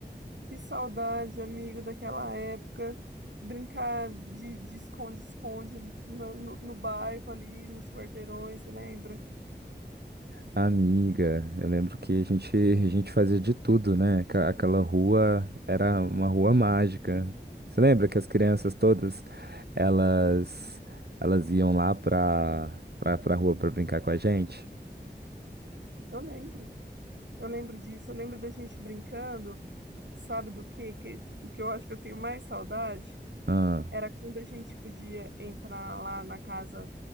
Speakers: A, on the right (about 80°); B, on the right (about 65°).
A: Que saudade, amigo, daquela época. Brincar de de esconde-esconde no, no, no bairro ali, nos quarteirões, você lembra?
B: Amiga, eu lembro que a gente, <laughs> a gente fazia de tudo, né? Aquela aquela rua era uma rua mágica. Você lembra que as crianças todas, elas, elas iam lá pra, pra, pra rua pra brincar com a gente?
A: Eu lembro, eu lembro disso, eu lembro da gente brincando, sabe do quê? Que, que eu acho que eu tenho mais saudade?
B: Ah,
A: Era quando a gente podia entrar lá na casa